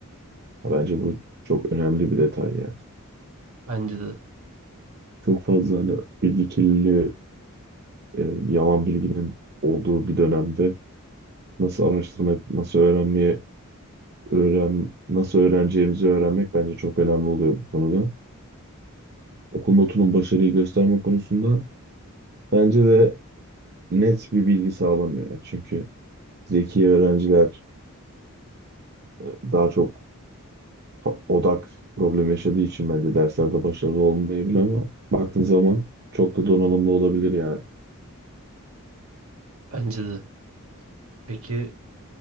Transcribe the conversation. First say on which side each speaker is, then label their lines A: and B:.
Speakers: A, on the right (about 50°); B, on the right (about 70°).
A: ha Bence bu çok önemli bir detay ya.
B: Bence de.
A: Çok fazla hani bilgi kirliliği e, yalan bilginin olduğu bir dönemde nasıl araştırma, yapıp nasıl öğrenmeye, öğren, nasıl öğreneceğimizi öğrenmek bence çok önemli oluyor bu konuda. Okul notunun başarıyı gösterme konusunda bence de net bir bilgi sağlamıyor. Yani Çünkü zeki öğrenciler e, daha çok fa- odak problemi yaşadığı için bence derslerde başarılı olmayabilir ama baktığın zaman çok da donanımlı olabilir yani.
B: Bence de. Peki